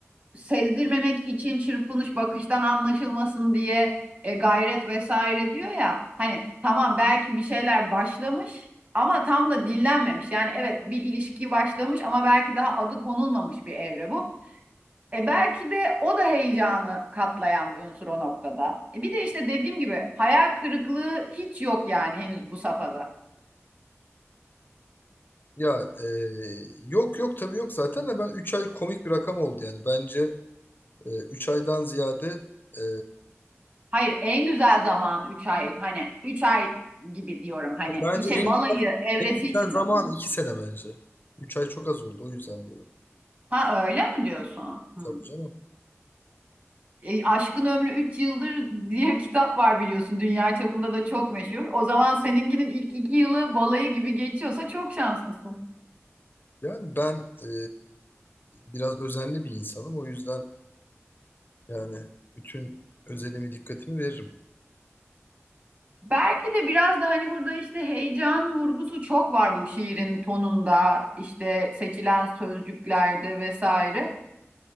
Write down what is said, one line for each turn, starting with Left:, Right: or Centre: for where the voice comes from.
Right: sezdirmemek için çırpınış bakıştan anlaşılmasın diye e, gayret vesaire diyor ya hani tamam belki bir şeyler başlamış ama tam da dillenmemiş yani evet bir ilişki başlamış ama belki daha adı konulmamış bir evre bu. E belki de o da heyecanı katlayan bir unsur o noktada. E bir de işte dediğim gibi hayal kırıklığı hiç yok yani henüz bu safhada.
Left: Ya e, yok yok tabii yok zaten de ben 3 ay komik bir rakam oldu yani. Bence e, 3 aydan ziyade e,
Right: Hayır en güzel zaman üç ay hani 3 ay gibi diyorum hani
Left: bence
Right: içe
Left: en,
Right: balayı evresi
Left: en güzel
Right: için
Left: zaman
Right: dedim onu.
Left: 2 sene bence. 3 ay çok az oldu o yüzden diyorum.
Right: Ha öyle mi diyorsun? Hmm.
Left: Tabii canım.
Right: E, Aşkın Ömrü 3 Yıldır diye bir kitap var biliyorsun dünya çapında da çok meşhur. O zaman seninkinin ilk 2 yılı balayı gibi geçiyorsa çok şanslısın.
Left: Yani ben e, biraz özenli bir insanım. O yüzden yani bütün özenimi dikkatimi veririm.
Right: Belki de biraz da hani burada işte heyecan vurgusu çok var bu şiirin tonunda, işte seçilen sözcüklerde vesaire.